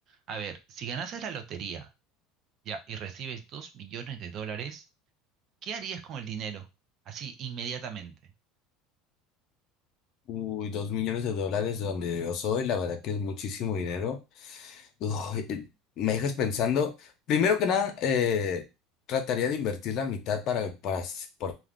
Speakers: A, on the right; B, on the left.
A: A ver, si ganases la lotería ya y recibes dos millones de dólares, ¿qué harías con el dinero? Así, inmediatamente.
B: Uy, dos millones de dólares de donde yo soy, la verdad que es muchísimo dinero. Uy, eh, me dejas pensando, primero que nada, eh, trataría de invertir la mitad para, para, s- por